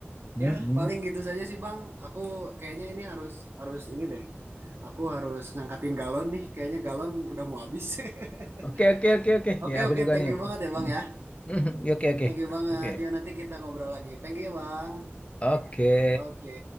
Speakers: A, on the left; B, on the right.
A: Mm-mm.
B: Ya, paling gitu saja sih Bang. Aku kayaknya ini harus harus ini deh. Aku harus ngangkatin galon nih. Kayaknya galon udah mau habis. <laughs>
A: oke oke oke oke
B: Oke,
A: ya aku
B: oke,
A: juga
B: thank
A: nih
B: you banget ya Bang
A: Mm.
B: ya.
A: <laughs> oke oke
B: Thank you banget.
A: oke
B: Ya nanti kita ngobrol lagi. Thank you ya Bang.
A: oke
B: Oke.